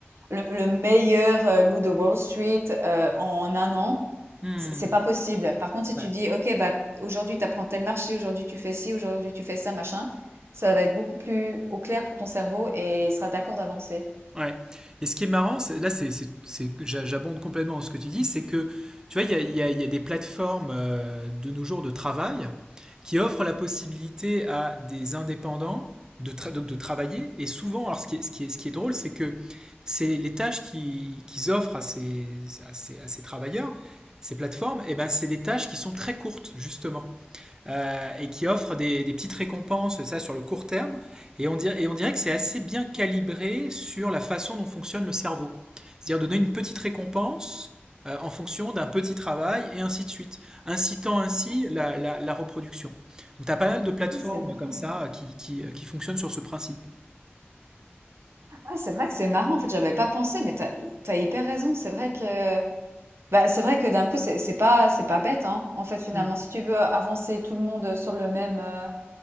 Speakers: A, on the right; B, on the right.
A: le, le meilleur euh, loup de Wall Street euh, en un an,
B: Hmm.
A: c'est c'est pas possible. Par contre, si tu
B: Ouais.
A: dis, OK, bah, aujourd'hui, tu apprends tel marché, aujourd'hui, tu fais ci, aujourd'hui, tu fais ça, machin, ça va être beaucoup plus au clair pour ton cerveau et il sera d'accord d'avancer.
B: Ouais. Et ce qui est marrant, c'est- là, c'est, c'est- c'est- j'a- j'abonde complètement dans ce que tu dis, c'est que, tu vois, il y a, il y a- il y a des plateformes euh, de nos jours de travail qui offrent la possibilité à des indépendants de, tra- donc de travailler. Et souvent, alors ce qui est, ce qui est- ce qui est drôle, c'est que c'est les tâches qui- qu'ils offrent à ces, à ces- à ces travailleurs, ces plateformes, et ben, c'est des tâches qui sont très courtes, justement euh, et qui offre des, des petites récompenses, ça sur le court terme. Et on dirait, et on dirait que c'est assez bien calibré sur la façon dont fonctionne le cerveau. C'est-à-dire donner une petite récompense euh, en fonction d'un petit travail et ainsi de suite, incitant ainsi
A: Ah, c-
B: la, la- la reproduction. Donc tu as pas mal de plateformes
A: ah, c'est marrant.
B: comme ça
A: Ouais,
B: euh, qui, qui, euh, qui fonctionnent sur ce principe.
A: Ouais, c'est vrai que c'est marrant. En fait, j'avais pas pensé, mais t'as, hy- t'as hyper raison. C'est vrai que, bah, c'est vrai que d'un coup, c'est, c'est pas, c'est pas bête, hein. En fait, finalement,
B: Hmm.
A: si tu veux avancer tout le monde sur le même, euh,